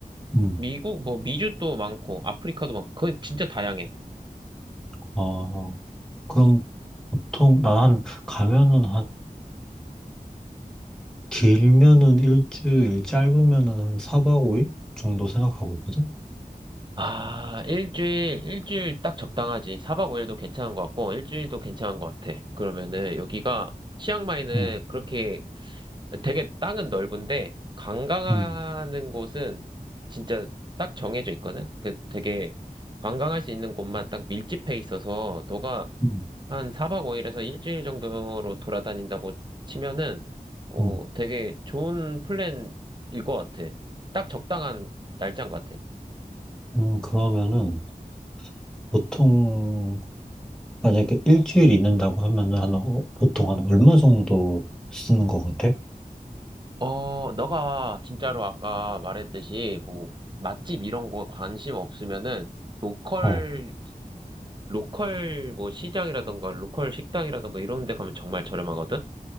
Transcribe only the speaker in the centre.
음.
어, 그럼 보통 나한 가면은 길면은 일주일, 짧으면은 한 4박 5일 정도 생각하고 있거든?
응,
응,
응,
응.
음, 그러면은 보통, 만약에 일주일 있는다고 하면은 한, 어, 보통 한 얼마 정도 쓰는 것 같아?
어,